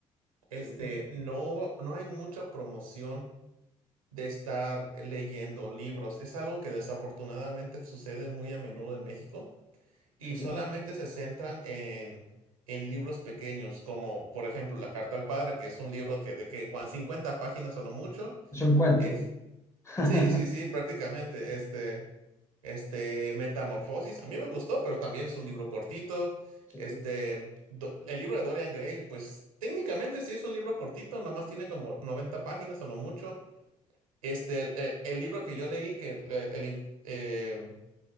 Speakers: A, on the right (about 85°); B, on the left (about 15°).
A: este,
B: Sí,
A: no, no hay mucha promoción de estar leyendo libros. Es algo que desafortunadamente sucede muy a menudo en México y
B: sí.
A: solamente se centran en, en libros pequeños, como por ejemplo La Carta al Padre, que es un libro que de que cuan- 50 páginas o lo mucho.
B: Es un cuento.
A: Es,
B: <laughs>
A: sí, sí, sí, prácticamente. Este, este, Metamorfosis, a mí me gustó, pero también es un libro cortito.
B: Sí.
A: Este, Do- el libro de Dorian Gray, pues técnicamente sí es un libro cortito, nomás tiene como 90 páginas a lo mucho. Este, eh, el, libro que yo leí, que el, el inf- eh,